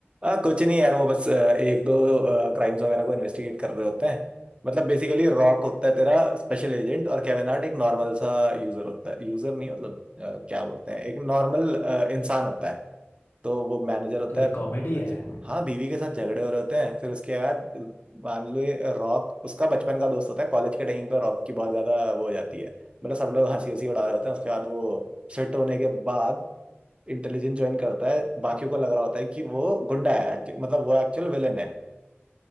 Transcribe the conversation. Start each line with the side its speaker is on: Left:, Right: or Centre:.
Right: आ, कुछ नहीं यार वो बस आ, एक दो क्राइम्स वगैरह को इन्वेस्टिगेट कर रहे होते हैं मतलब बेसिकली रॉक होता है तेरा स्पेशल एजेंट और केविन हार्ट एक नॉर्मल सा यूजर होता है यूजर नहीं मतलब आ, क्या बोलते हैं एक नॉर्मल इंसान होता है तो वो मैनेजर होता
Left: तो
Right: है
Left: एक कॉमेडी
Right: बीवी के
Left: है
Right: साथ झग- हाँ बीवी के साथ झगड़े हो रहे होते हैं फिर उसके बाद मान लो ये रॉक उसका बचपन का दोस्त होता है कॉलेज के टाइम पे रॉक की बहुत ज्यादा वो हो जाती है मतलब सब लोग हंसी हंसी उड़ा रहे होते हैं उसके बाद वो फिट होने के बाद इंटेलिजेंस ज्वाइन करता है बाकियों को लग रहा होता है कि वो गुंडा है actu- मतलब वो एक्चुअल विलेन है